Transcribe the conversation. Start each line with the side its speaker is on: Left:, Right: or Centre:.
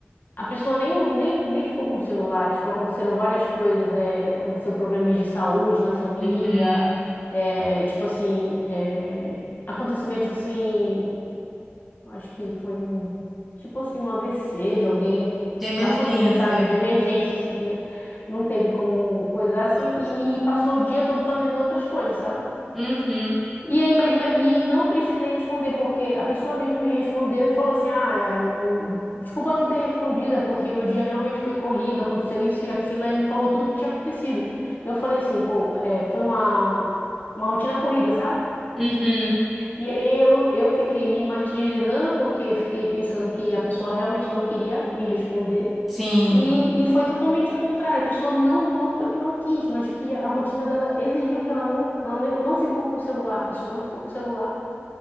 Left: a pessoa nem, nem, nem ficou com o celular, tipo, aconteceram várias coisas, é, aconteceu problemas de saúde na família,
Centre: Uhum.
Left: é, tipo assim, é, acontecimentos assim Acho que foi um, tipo assim, um AVC de alguém
Centre: De emergência.
Left: da família, sabe? De emergência, assim, que não teve como coisar, assim,
Centre: Nossa.
Left: e, e passou o dia todo fazendo outras coisas, sabe?
Centre: Uhum.
Left: E aí, mas, me- e não precisei responder, porque a pessoa mesmo me respondeu e falou assim: Ah, é, eu- desculpa não ter respondido, é porque meu dia realmente foi corrido, aconteceu isso e aquilo, aí me falou tudo o que tinha acontecido. Eu falei assim, pô, é, foi uma, uma rotina corrida, sabe?
Centre: Uhum.
Left: E aí eu, eu fiquei me martirizando porque fiquei pensando que a pessoa realmente não queria me responder.
Centre: Sim.
Left: E, e foi totalmente o contrário. A pessoa não, não foi que não quis, mas que a rotina dela exigiu que ela não, ela não não ficou com o celular. A pessoa não ficou com o celular.